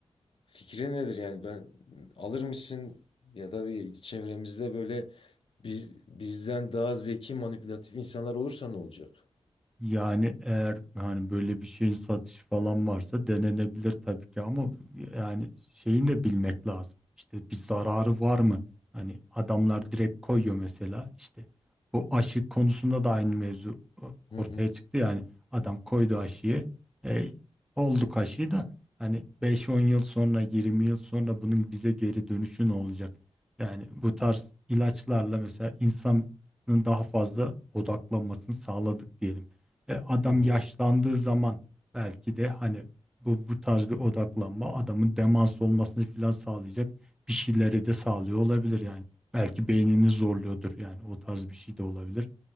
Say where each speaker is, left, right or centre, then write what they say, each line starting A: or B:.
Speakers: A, on the left; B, in the centre.
A: fikrin nedir? Yani ben alır mısın ya da bir çevremizde böyle biz, bizden daha zeki manipülatif insanlar olursa ne olacak?
B: Yani eğer hani böyle bir şeyin satışı falan varsa denenebilir tabii ki ama yani şeyini de bilmek lazım. İşte bir zararı var mı? Hani adamlar direkt koyuyor mesela işte bu aşı konusunda da aynı mevzu e,
A: Hı
B: ortaya
A: hı
B: çıktı yani adam koydu aşıyı e, olduk aşıyı da hani beş on yıl sonra 20 yıl sonra bunun bize geri dönüşü ne olacak? Yani bu tarz ilaçlarla mesela insanın daha fazla odaklanmasını sağladık diyelim. E, adam
A: hı hı.
B: yaşlandığı zaman belki de hani bu bu tarz bir odaklanma adamın demans olmasını falan sağlayacak bir şeyleri de sağlıyor olabilir yani. Belki beynini zorluyordur yani o tarz bir şey de olabilir.